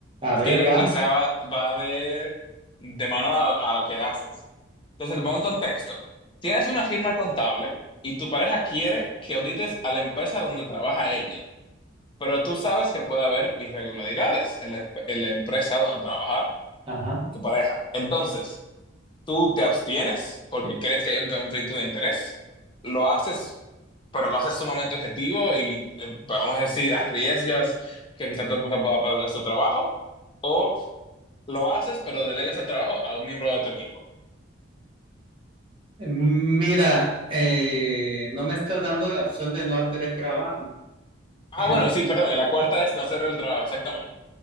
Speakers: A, on the right; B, on the left.
A: a ver,
B: que
A: va.
B: quizá va, va de, de mano a, a lo que haces. Entonces, te pongo en contexto. Tienes una firma contable y tu pareja quiere que audites a la empresa donde trabaja ella, pero tú sabes que puede haber irregularidades en la, en la empresa donde trabaja
A: Ajá.
B: tu pareja. Entonces, tú te abstienes porque crees que hay un conflicto de interés, lo haces, pero lo haces sumamente objetivo y, eh, vamos a decir, arriesgas que quizá tu esposa pueda perder su trabajo o lo haces, pero delegas el trabajo a un miembro de tu equipo.
A: Mira, eh, no me está dando la opción de no hacer el trabajo.
B: Ah,
A: <laughs>
B: bueno, sí, perdón, y la cuarta es no hacer el trabajo, exactamente.